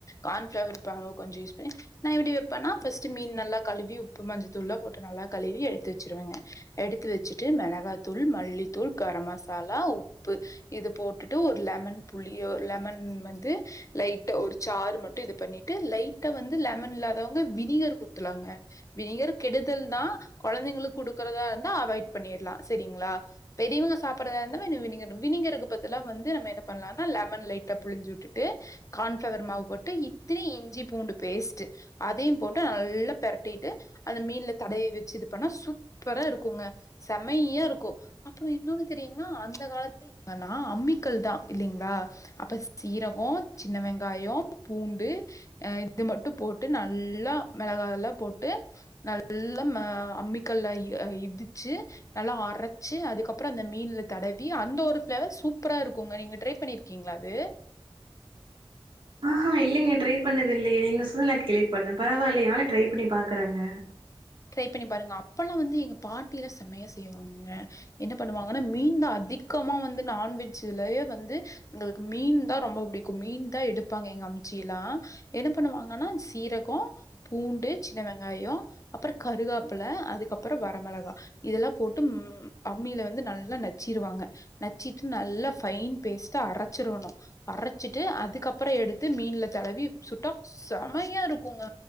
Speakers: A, on the left; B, on the right.
A: கான்ஃப்ளவர் மாவு கொஞ்சம் யூஸ் பண்ணி நான் எப்பிடி வப்பேன்னா ஃபஸ்ட்டு மீன் நல்லா கழுவி உப்பு மஞ்சத்தூள்ல்லா போட்டு நல்லா கழுவி எடுத்து ச்சருவேங்க எடுத்து வெச்சுட்டு மெளகாய்த்தூள் மல்லித்தூள் கரம் மசாலா உப்பு இதுப் போட்டுட்டு ஒரு லெமன் புளியோ லெமன் வந்து லைட்டா ஒரு சாரு மட்டும் இதுப் பண்ணிட்டு லைட் வீட்ல லெமன் இல்லாதவங்க வினிகர் குடுத்துர்லாங்க வினிகர் கெடுதல்தான் கொழந்தைங்களுக் குடுக்குறதா இருந்தா அவாய்ட் பண்ணிரலாம் செரிங்களா பெரியவங்க சாப்பிட்ர்தா இருந்தா வினிகர் வினிகருக்கு பதிலா வந்து நம்ம என்ன பண்ணலான்னா லெமன் லைட்டா புழிஞ்சு விட்டுட்டு கான்ஃபிளவர் மாவு போட்டு இத்தினி இஞ்சி பூண்டு பூண்டு பேஸ்ட்டு அதையும் போட்டு நல்லா பெரட்டிட்டு அந்த மீன்ல தடவி வெச்சு இது பண்ணா சூப் ப்பரா இருக்குங்க செமைய்யா இருக்கு அப்புறோ இன்னொன்னு தெரியுங்களா அந்த காலத்துல என்னன்னா அம் மிக்கல் தான் இல்லீங்களா அப்ப சீரகம் சின்ன வெங்காயம் பூண்டு அஹ இது மட்டும் போட்டு நல்லா மெளகாயெல்லாம் போட்டு நல்லா அ அம்மி அம்மிகல்ல இடிச்சு நல்லா அரைச்சு அதுக்கு அப்புறம் அந்த மீன்னுல தடவி அந்த ஒரு ஃபிளேவர்ஸ் சூப்பரா இருக்குங்க நீங்க ட்ரை பண்ணிருக்கீங்களா அது
B: ஆஹ்ஹா இல்லைங்க ட்ரை பண்ணது இல்லையே நீங்க சொல்லி நான் கேள்விப்படுறேன் பரவாயில்லையே நானும் ட்ரை பண்ணி பாக்குறங்க
A: ட்ரை பண்ணி பாருங்க அப்பல்லாம் வந்து எங்க பாட்டியிலா செம்மையா செய்வாங்க என்ன பண்ணுவாங்கன்னா மீன் தான் அதிகமா வழக்கமா வந்து நான்வெஜ்ஜிலயே வந்து எங்களுக்கு மீன் தான் ரொம்ப பிடிக்கும் மீன் தான் எடுப்பாங்க எங்க அம்மா சீலா என்ன பண்ணுவாங்கன்னா சீரகம் பூண்டு சின்ன வெங்காயம் அப்புறம் கருவேப்பில அதுக்கப்புறம் வரமிளகா இதெல்லாம் போட்டு ம் அம்மியில வந்து நல்லா நச்சு இதுவாங்க நச்சிட்டு நல்ல ஃபைன் பேஸ்டா அரைச்சிரணும் அரைச்சிட்டு அதுக்கப்புறம் எடு எடுத்து மீன்ல தடவி சுட்டா செமயா இருக்குங்க